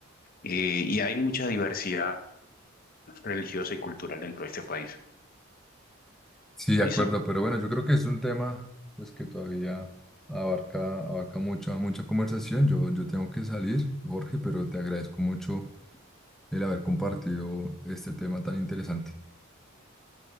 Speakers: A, on the left (about 40°); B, in the centre.
A: eh, y hay mucha diversidad religiosa y cultural dentro de este país.
B: sí, de
A: ¿Listo?
B: acuerdo, pero bueno, yo creo que es un tema pues que todavía abarca, abarca mucha, mucha conversación. Yo, yo tengo que salir, Jorge, pero te agradezco mucho el haber compartido este tema tan interesante.